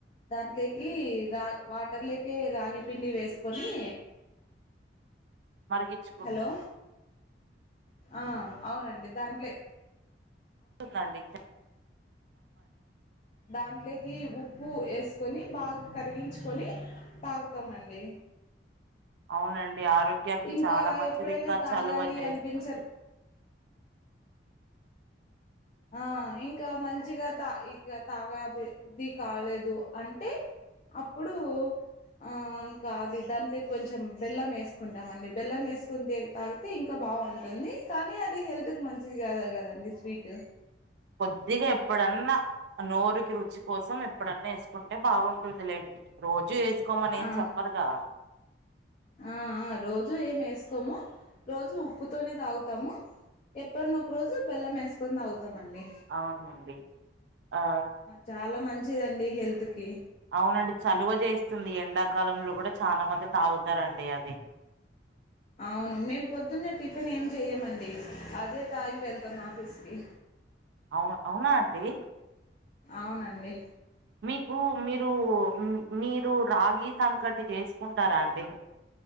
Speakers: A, on the left; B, on the right.
A: దాంట్లోకి రా వాటర్లకి రాగి పిండి వేస్కొని
B: మరిగిచ్చు
A: హలో ఆ అవునండి దాంట్లే
B: చెప్పండి
A: దాంట్లోకి ఉప్పు ఏస్కొని బాగా
B: ఉమ్.
A: కరిగించుకొని తాగుతామండి
B: అవునండి ఆరోగ్యానికి
A: ఇంకా
B: చాలా మంచిది
A: ఎప్పుడైనా
B: ఇంకా
A: తాగాలి
B: చలువజేస్తుంది
A: అనిపించ ఆ ఇంకా మంచిగా తా ఇక తాగా బుద్ధి కాలేదు అంటే అప్పుడూ ఆ ఇంకా అది దాంట్లే కొంచెం బెల్లమేస్కుంటాం అండి బెల్లమేస్కునీ తాగితే ఇంకా బావుంటుంది కానీ అది హెల్త్కి మంచిది కాదు కదండి స్వీటూ
B: కొద్దిగా ఎప్పుడన్నా ఆ నోరుకి రుచి కోసం ఎప్పుడన్న ఏస్కుంటే బాగుంటుంది లేండి రోజు ఏస్కోమనేం
A: ఆ
B: చెప్పరుగా
A: ఆ ఆ రోజు ఏమేస్కోము రోజు ఉప్పుతోనే తాగుతాము ఎప్పునోక రోజు బెల్లమేస్కొని తాగుతామండి
B: అవునండి ఆ
A: చాలా మంచిదండి హెల్త్ కి
B: అవునండి చలువ చేస్తుంది ఎండాకాలంలో కూడా చానా మంది తాగుతారండి అది
A: అవును మేము టిఫిన్ ఏం జెయ్యమండి అదే తాగి వెళ్తాం ఆఫీస్కి
B: అవ్ అవునా అండి
A: అవునండి
B: మీకు మీరు మీరు రాగి సంకటి చేసుకుంటారా అండి